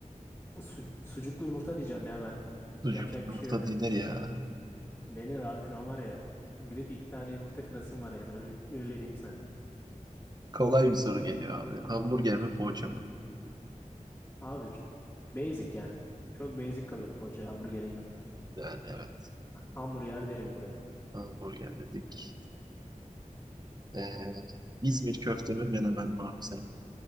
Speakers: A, on the left; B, on the right.
A: su- sucuklu yumurta diyeceğim ya ben.
B: Sucuk
A: Yapacak
B: yumurta
A: bir şey yok.
B: denir ya.
A: Denir abi şu an var ya. Gidip iki tane yumurta kırasım var yani öyle, öyle diyeyim sana.
B: Kolay bir soru geliyor abi. Hamburger mi poğaça mı?
A: Abi basic yani. Çok basic kalıyor poğaça hamburgerin yanında.
B: Yani evet.
A: Hamburger derim buraya.
B: Hamburger dedik. Ee, İzmir köfte mi menemen mi abi sen?